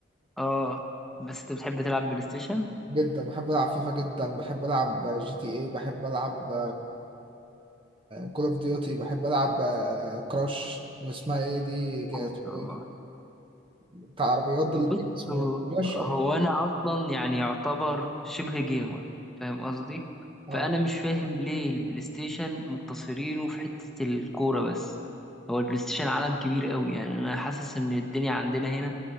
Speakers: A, in the centre; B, on the right (about 30°).
A: اه بس انت بتحب تلعب بلاي ستيشن
B: جدا بحب ألعب فيفا جدا بحب ألعب جي تي إيه بحب ألعب كول أوف ديوتي بحب ألعب آه، كراش اسمها إيه دي جا-
A: ما
B: اسمه
A: شاء الله
B: إيه؟ بتاع العربيات ده
A: بص
B: اللي بيجي اسمه
A: هو
B: إيه كراش
A: هو
B: أه
A: انا اصلا يعني يعتبر شبه جيمر فاهم قصدي
B: أه
A: فانا مش فاهم ليه البلاي ستيشن مقتصرينه في حتة الكورة بس هو البلاي ستيشن عالم كبير قوي يعني انا حاسس ان الدنيا عندنا هنا